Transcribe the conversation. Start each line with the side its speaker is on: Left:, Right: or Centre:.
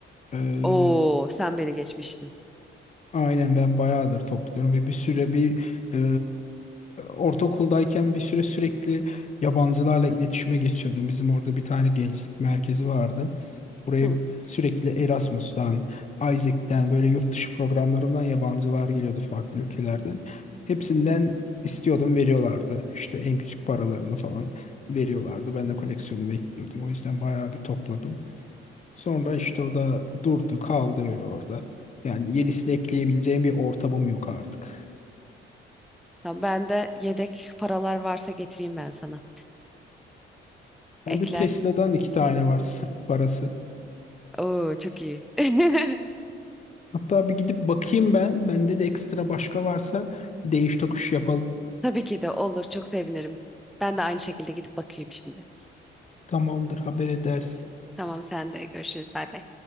Left: Ee,
Centre: Oo sen beni geçmişsin.
Left: aynen ben bayağıdır topluyorum ve bir süre bir e, ortaokuldayken bir süre sürekli yabancılarla iletişime geçiyordum. Bizim orada bir tane gençlik merkezi vardı. Buraya
Centre: Hı.
Left: sürekli Erasmus'tan, Isaac'ten böyle yurt dışı programlarından yabancılar geliyordu farklı ülkelerden. Hepsinden istiyordum veriyorlardı. İşte en küçük paralarını falan veriyorlardı. Ben de koleksiyonumu ekliyordum. O yüzden bayağı bir topladım. Sonra işte o da durdu kaldı öyle orada. Yani yenisi de ekleyebileceğim bir ortamım yok artık.
Centre: Tamam, ben de yedek paralar varsa getireyim ben sana.
Left: Bende
Centre: Eklersin.
Left: Tesla'dan iki tane var sırf parası.
Centre: Oo çok iyi. <laughs>
Left: Hatta bir gidip bakayım ben. Bende de ekstra başka varsa değiş tokuş yapalım.
Centre: Tabii ki de olur çok sevinirim. Ben de aynı şekilde gidip bakayım şimdi.
Left: Tamamdır haber edersin.
Centre: Tamam sen de görüşürüz bay bay.